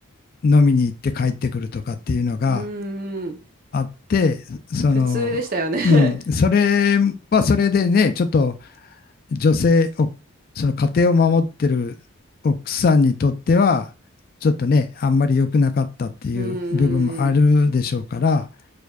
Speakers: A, on the left; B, on the right.
A: 飲みに行って帰ってくるとかっていうのが
B: うん、うん
A: あって、その、
B: 普通でしたよね。<laughs>
A: うん、それはそれでね、ちょっと女性、おその家庭を守ってる奥さんにとっては、ちょっとね、あんまり良くなかったっていう部分もあるでしょうから、
B: うん、うん、